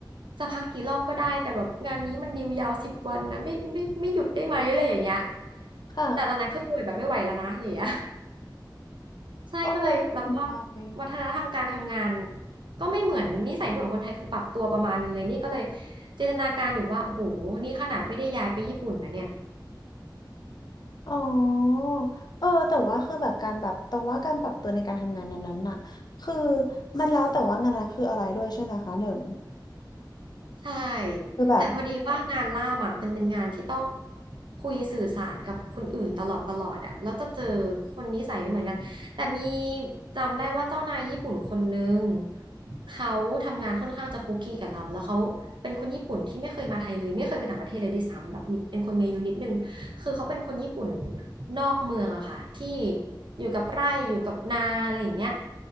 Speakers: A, on the right; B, on the left.
A: จะพักกี่รอบก็ได้แต่แบบงานนี้มันดีลยาวสิบวันนะไม่ไม่ไม่หยุดได้ไหมอะไรอย่างเงี้ย
B: ค่ะ
A: แต่ตอนนั้นคือป่วยแบบไม่ไหวแล้วนะอย่างเงี้ย ใช่ก็เลยแล้วก็
B: อออน่าสนใจ
A: วัฒนธรรมการทำงานก็ไม่เหมือนนิสัยไม่เหมือนคนไทยคือปรับตัวประมาณนึงเลยนี่ก็เลยจินตนาการอยู่ว่าโอ้โหนี่ขนาดไม่ได้ย้ายไปญี่ปุ่นนะเนี่ย
B: อ๋อเออแต่ว่าคือแบบการแบบตรงว่าการปรับตัวในการทำงานนั้นๆน่ะคือมันแล้วแต่ว่างานนั้นคืออะไรด้วยใช่ไหมคะหนึ่ง
A: ใช่
B: คือแบบ
A: แต่พอดีว่างานล่ามอ่ะมันเป็นงานที่ต้องคุยสื่อสารกับคนอื่นตลอดตลอดอ่ะแล้วจะเจอคนนิสัยไม่เหมือนกันแต่มีจำได้ว่าเจ้านายญี่ปุ่นคนนึงเขาทำงานค่อนข้างจะคุกกีกับเราแล้วเขาเป็นคนญี่ปุ่นที่ไม่เคยมาไทยเลยไม่เคยไปต่างประเทศเลยด้วยซ้ำแบบมีเป็นคนมีอายุนิดนึง คือเขาเป็นคนญี่ปุ่นนอกเมืองอะค่ะที่อยู่กับไร่อยู่กับนาอะไรอย่างเงี้ย